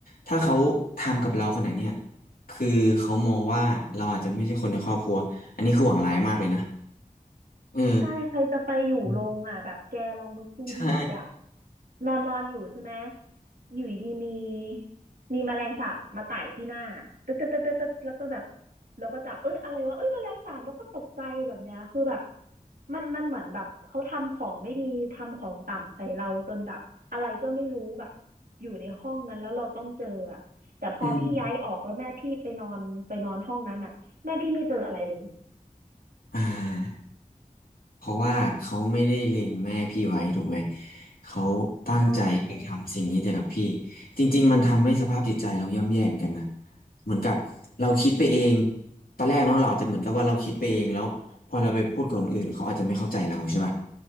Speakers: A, on the left (about 80°); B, on the right (about 80°).
A: ถ้าเขาทำกับเราขนาดเนี้ยคือเขามองว่าเราอาจจะไม่ใช่คนในครอบครัวอันนี้คือหวังร้ายมากเลยนะเออ
B: ใช่ใครจะไปอยู่โรงอ่ะแบบแกลองนึกดูดิแบบ
A: อืมใช่
B: นอนนอนอยู่ใช่ไหมอยู่ดีมีมีแมลงสาบมาไต่ที่หน้าตึ๊ดตึ๊ดตึ๊ดตึ๊ดตึ๊ดแล้วก็แบบเราก็จับเอ้ยอะไรวะเอ้ยแมลงสาบแล้วก็ตกใจแบบเนี้ยคือแบบมันมันเหมือนแบบเขาทำของไม่ดีทำของต่ำใส่เราจนแบบอะไรก็ไม่รู้แบบอยู่ในห้องนั้นแล้วเราต้องเจออ่ะแต่พอพี่ย้ายออกแล้วแม่พี่ไปนอนไปนอนห้องนั้นอ่ะแม่พี่ไม่เจออะไรเลย
A: อืมอ่า เพราะว่าเขาไม่ได้เล็งแม่พี่ไว้ถูกไหมเขาตั้งใจไปทำสิ่งนี้แต่กับพี่
B: ใช่
A: จริงๆมันทำให้สภาพจิตใจเราย่ำแย่เหมือนกันนะเหมือนกับเราคิดไปเองตอนแรกเนาะเราอาจจะเหมือนกับว่าเราคิดไปเองแล้วพอเราไปพูดกับคนอื่นเขาอาจจะไม่เข้าใจเราใช่ป่ะ